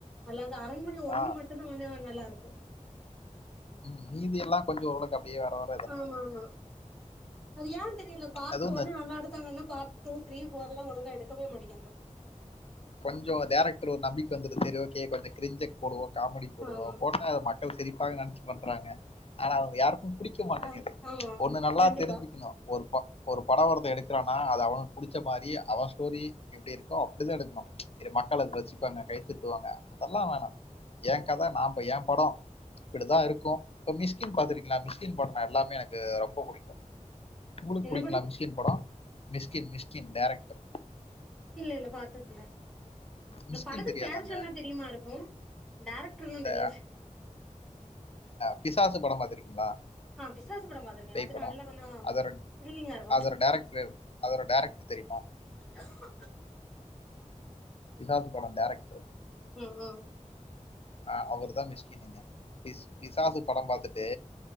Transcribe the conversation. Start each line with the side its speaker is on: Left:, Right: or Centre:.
Centre: அதுல அந்த அரண்மனை ஒண்ணு
Left: ஆ
Centre: மட்டுதா வந்து நல்லா இருக்கு
Left: ம் நீதிய எல்லாம் கொஞ்சம்றடங உரளக்கு அப்படியே வர வ
Centre: ஆமா ஆமா அது ஏ பர்ட்
Left: அதுவும் இந்த
Centre: ஓன்னு நல்லா எடுக்தாங்க டூ த்ரீ போர் எல்லா ஒழுங்க எடுக்கவே மாட்டங்காங்றா
Left: கொஞ்சோ டேரக்டர் ஒரு நம்பிக்கை வந்துது சேரி ஓகே கொஞ்சம் கிஞ்சக் போடுவோ காமெடி போடுவோ
Centre: ஆமா
Left: போ அது மக்கள் சிரிப்பாக நினைச்சி பண்றாங்க ஆனா அவங்க யாரு புடிக்க மாட்டேங்குது
Centre: ஆ ஆமா
Left: ஒண்ணு நல்லா
Centre: கண்டிப்பா
Left: தெரிஞ்சுக்கணு ஒரு ப ஒரு படம் ஒருத்த எடுக்கிறானா அது அவனு புடிச்ச மாரி அவன் ஸ்டோரி எப்படி இருக்கோ அப்படி தா எடுக்கணு மக்களுக்கு ரசிபாஙக வச்சிப்பாங்க கைத்துட்டுவாங்க அதெல்லாம் ஏ கதை நாம ஏ படம் இப்படித்தா இருக்கும் இ மிஸ்கின் பாத்திருக்கீங்களா மிஸ்கின் படன எல்லாமே எனக்கு ரொம்ப பிடிக்கு உங்களுக்கு
Centre: என்ன
Left: பிடிக்கலா
Centre: படம்
Left: மிஸ்கின் படம் மிஸ்கின் மிஸ்கின் டேரக்டர்
Centre: இல்ல இல்ல பாத்தாதுல்ல இந்த
Left: மிஸ்கின்
Centre: படத்துக்
Left: தெரியாதாங்க
Centre: பேர சொன்னா தெரியுமா இருக்கு டேரக்ருல்லா
Left: இந்த
Centre: தெரியாது
Left: பிசாசு பட பாத்துருக்கீங்ளா
Centre: ஆ பிசாசு படம் பாத்திருக்கே
Left: பேய்
Centre: அது
Left: படோ
Centre: நல்லா கொஞ்சோ
Left: அதோரட்
Centre: த்ரில்லிங்கா இருக்கு
Left: அதோர டேரக்ட்ரேவ் அதோர டேரக்ட்ரு தெரிய்மா
Centre: அஹ
Left: பிசாசு படோ டேரக்ட்ரு
Centre: ம் ம்
Left: அ அவுருதா மிஸ்கினுங்க இஸ் கிசாசு பட பாத்துட்டு